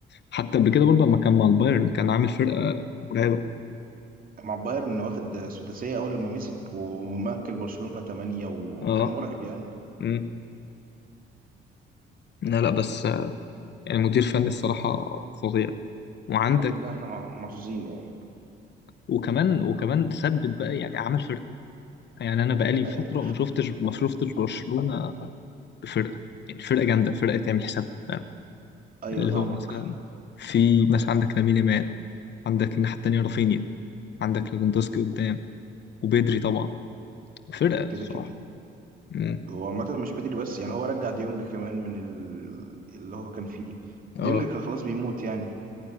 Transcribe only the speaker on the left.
حتى قبل كده برضه لما كان مع البايرن كان عامل فرقه مرعبه
اه
مم. لا لا بس آه، يعني مدير فني الصراحه فظيع وعندك
وكمان وكمان ثبت بقى يعني عمل فرقه يعني انا بقالي فتره
ما شفتش ما شفتش برشلونه بفرقه يعني فرقه جامده فرقه تعمل حسابها فاهم
اللي
هو مثلا في مثلا عندك لامين يامال عندك الناحيه التانيه رافينيا عندك ليفاندوسكي قدام وبيدري طبعا فرقه
الصراحه
مم.
اه